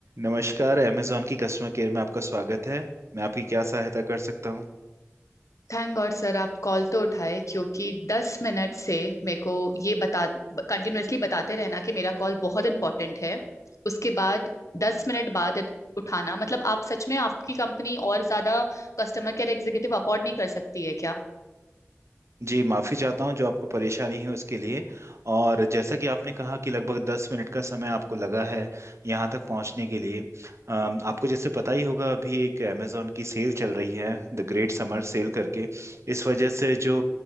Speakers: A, on the right; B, on the left.
A: नमस्कार अमेजॉन की customer care में आपका स्वागत है मैं आपकी क्या सहायता कर सकता हूँ
B: Thank God sir आप call तो उठाए क्योंकि दस मिनट से मेरे को ये बता कंटिन्यूअसली बताते रहना कि मेरा कॉल बहुत इंपॉर्टेंट है उसके बाद दस मिनट बाद इत- उठाना मतलब आप सच में आपकी कंपनी और ज्यादा कस्टमर केयर एग्जीक्यूटिव अफोर्ड नहीं कर सकती है
A: जी माफ़ी चाहता हूँ जो आपको परेशानी है उसके लिए और जैसा कि आपने कहा कि लगभग दस मिनट का समय आपको लगा है यहाँ तक पहुँचने के लिए अम, आपको जैसे पता ही होगा अभी एक अमेजॉन की सेल चल रही है द ग्रेट समर सेल करके इस वजह से जो